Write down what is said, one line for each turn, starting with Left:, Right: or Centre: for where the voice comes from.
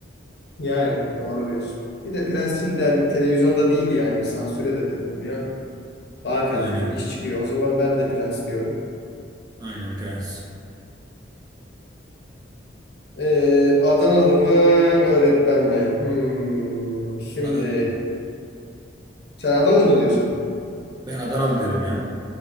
Left: Yani doğru diyorsun. Bir de Prens şimdi hani televizyonda değil yani bir sansüre de takılmıyor. Daha kaliteli
Right: Aynen.
Left: bir iş çıkıyor. O zaman ben de Prens diyorum.
Right: Aynen Prens.
Left: Ee, Adanalı mı öğretmen mi? Hmm, şimdi
Right: Adanalı.
Left: sen Adanalı mı diyorsun?
Right: Ben Adanalı derim ya.